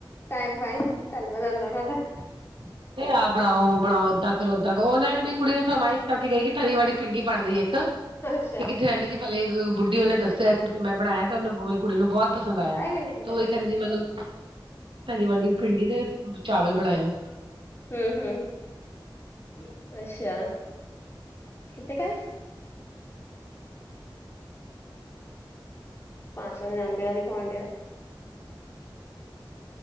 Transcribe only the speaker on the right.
<unintelligible> ਤੇ ਆਹ ਬਣਾਓ ਉਹ ਬਣਾਓ ਏਦਾਂ ਕਰੋ ਓਦਾਂ ਕਰੋ ਉਹਨੇ ਮੇਰੀ ਕੁੜੀ ਨੇ ਫਰਮਾਇਸ਼ ਕਰਕੇ ਗਈ ਕਿ ਤਰੀ ਵਾਲੀ ਪਿੰਡੀ ਬਣਦੀਏ ਇੱਕ
ਇਹ ਕਿੱਥੇ ਰਹਿੰਦੀ ਸੀ ਪਹਿਲੇ ਬੁੱਢੀ ਉਹਨੇ ਦੱਸਿਆ ਸੀ ਤੇ ਮੈਂ ਬਣਾਇਆ ਤੇ ਉਹਨੂੰ ਕੁੜੀ ਨੂੰ ਬਹੁਤ ਪਸੰਦ ਆਇਆ
ਤੇ
ਉਹ ਕਹਿੰਦੀ ਮੈਨੂੰ ਤਰੀ ਵਾਲੀ ਭਿੰਡੀ ਦੇ ਚਾਵਲ ਬਣਾਇਓ